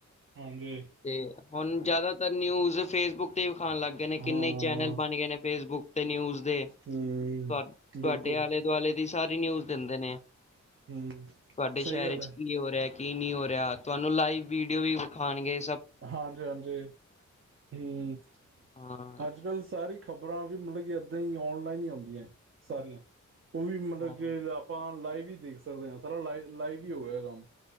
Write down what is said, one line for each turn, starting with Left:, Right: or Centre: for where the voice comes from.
Right: ਹਾਂਜੀ।
Left: ਤੇ ਹੁਣ ਜ਼ਿਆਦਾ ਨਿਊਜ਼ ਫੇਸਬੁੱਕ ਤੇ ਵਿਖਾਣ ਲੱਗ ਗਏ ਨੇ
Right: ਹਾਂ
Left: ਕਿੰਨੇ ਚੈਨਲ ਬਣ ਗਏ ਨੇ ਫੇਸਬੁੱਕ ਨਿਊਜ਼ ਦੇ,
Right: ਹਮ
Left: ਤੁਹਾਡੇ
Right: ਬਿਲਕੁਲ
Left: ਆਲੇ ਦੁਆਲੇ ਦੀ ਸਾਰੀ ਨਿਊਜ਼ ਦਿੰਦੇ ਨੇ।
Right: ਹਮ
Left: ਤੁਹਾਡੇ
Right: ਸਹੀ
Left: ਸ਼ਹਿਰ
Right: ਗੱਲ
Left: ਚ
Right: ਹੈ।
Left: ਕੀ ਹੋ ਰਿਹਾ ਕੀ ਨਹੀਂ ਹੋ ਰਿਹਾ ਤੁਹਾਨੂੰ ਲਾਈਵ ਵੀਡੀਓ ਵੀ ਵਿਖਾਉਣਗੇ।
Right: ਹਾਂਜੀ ਹਾਂਜੀ, ਹੂੰ,
Left: ਹਾਂ,
Right: ਅੱਜ ਕੱਲ੍ਹ ਸਾਰੀ ਖਬਰ ਖ਼ਬਰਾਂ ਵੀ ਮਤਲਬ ਕਿ ਏਦਾਂ ਹੀ ਆਨਲਾਈਨ ਹੀ ਆਉਂਦੀਆਂ ਹੈ। ਸਾਰੀਆਂ ਉਹ ਵੀ ਮਤਲਬ
Left: ਹਾਂ,
Right: ਕਿ ਆਪਾਂ ਲਾਈਵ ਵੀ ਦੇਖ ਸਕਦੇ ਹਾਂ ਸਾਰਾ ਲ ਲਾਈਵ ਹੀ ਹੋ ਗਿਆ ਕੰਮ